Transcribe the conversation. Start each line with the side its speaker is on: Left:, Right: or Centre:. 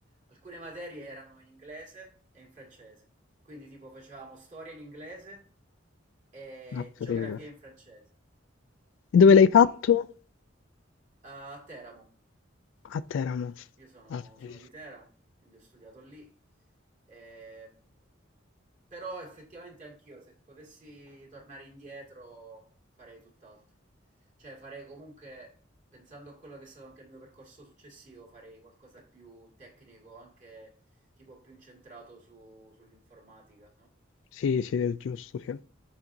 Right: alcune materie erano in inglese e in francese, quindi tipo facevamo storia in inglese e
Left: Mazza
Right: geografia
Left: tela.
Right: in francese,
Left: E dove l'hai
Right: quindi
Left: fatto?
Right: eh, a Teramo.
Left: A Teramo.
Right: Io sono,
Left: Ah,
Right: sono
Left: sì,
Right: di Teramo, quindi ho studiato lì. Ehm, però effettivamente anch'io, se potessi tornare indietro, farei tutt'altro. Cioè farei comunque, pensando a quello che è stato anche il mio percorso successivo, farei qualcosa di più tecnico, anche tipo più incentrato su- sull'informatica, no?
Left: sì, sì, è giusto. sì.